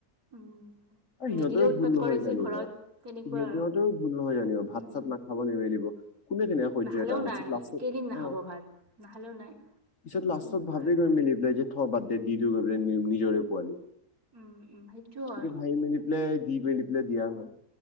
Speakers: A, on the right; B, on the left.
A: উম
B: সিহঁতেৰও
A: নিদিলেও উৎপাত
B: ভুল নহয়
A: কৰে যে
B: জানিব
A: ঘৰত তেনেকুৱা
B: সিহহঁতেও
A: আৰু
B: ভুল নহয় জানিব ভাত
A: উম
B: চাত ন খাব নিমেলিব কোনে কোনে সহ্য
A: নাখালেও
B: এটা
A: নাই কেইদিন নাখাব
B: অ'।
A: ভাত নাখালেও নাই
B: পিছত লাষ্টত
A: এনেকুৱা
B: ভাবেই
A: আৰু
B: গৈ মিলি পেলাই যে থ বাদ দে দি দিও নিজৰে পোৱালি,
A: উম উম সেইটো হয়
B: এইটো ভাই মেলি - এইটোৱেই দি মেলি পেলায় দিয়া হয়।